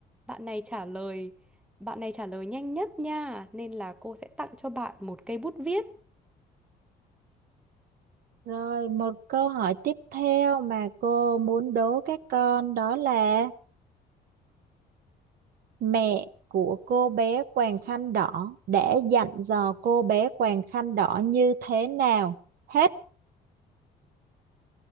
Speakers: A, in the centre; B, on the right.
A: bạn này trả lời, bạn này trả lời nhanh nhất nha, nên là cô sẽ tặng cho bạn một cây bút viết.
B: Rồi một câu hỏi tiếp theo mà cô muốn đố các con đó là Mẹ của cô bé quàng khăn đỏ đã dặn dò cô bé quàng khăn đỏ như thế nào? Hết.